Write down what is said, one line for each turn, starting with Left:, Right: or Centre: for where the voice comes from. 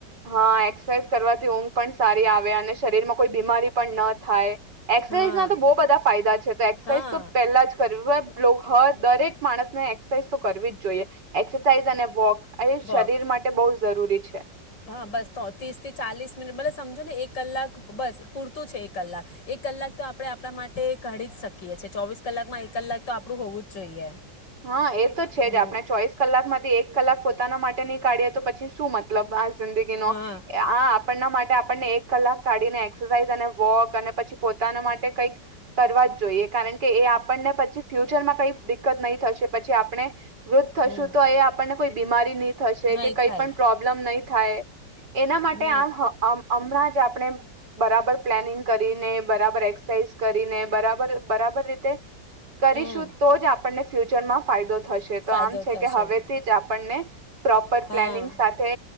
Right: હા એક્સરસાઇઝ કરવાથી ઊંઘ પણ સારી આવે અ શરીરમાં કોઈ બીમારી પણ ન થાય એક્સરસાઇઝ
Left: હા
Right: ના તો બો બધા ફાયદા છે. એક્સરસાઇઝ
Left: હા
Right: તો પેલા જ કરવી - લોક હ દરેક માણસ ને એક્સરસાઇઝ તો કરવી જ જોઈએ. એક્સરસાઇઝ અને વોક એ શરીર
Left: વોક
Right: માટે બહુ જ જરૂરી છે.
Left: હા બસ તો ત્રીસ થી ચાલીસ મિનિટ બલે સમજો ને એક કલાક બસ પૂરતું છે એક કલાક એક કલાક તો આપણે આપણા માટે કાઢી જ શકીએ છીએ ચોવીસ કલાકમાં એક કલાક તો આપણું હોવું જ જોઈએ.
Right: હા એ તો છે
Left: હમ
Right: જ આપણે ચોવીસ કલાક માંથી એક કલાક પો પોતાના માટે નહી કાઢી તો પછી શું મતલબ જિંદગીનો
Left: હા
Right: આ આપણ માટે આપણને એક કલાક કાઢીને એક્સરસાઇઝ અને વોક અને પછી પોતાના માટે કઈક કરવા જ જોઈએ કારણ કે એ આપણને પછી ફ્યુચરમાં કઈક દિકકત નહી થશે પછી આપણે વૃદ્ધ થશું
Left: હમ
Right: તો એ આપણને કોઈ બીમારીની થશે
Left: નહીં
Right: કે કંઈ
Left: થાય
Right: પણ પ્રોબ્લેમ નઈ. થાય. એના માટે
Left: હમ
Right: આમ હ હ હમણાંજ આપણે બરાબર પ્લાનિંગ કરીને બરાબર એક્સરસાઇઝ કરીને બરાબર બરાબર રીતે કરીશું
Left: હમ
Right: તો જ આપણને ફ્યુચરમાં ફાયદો થશે
Left: ફાયદો
Right: તો આમ છે
Left: થશે
Right: કે હવેથી જ આપણને પ્રોપર
Left: હા
Right: પ્લાનિંગ સાથે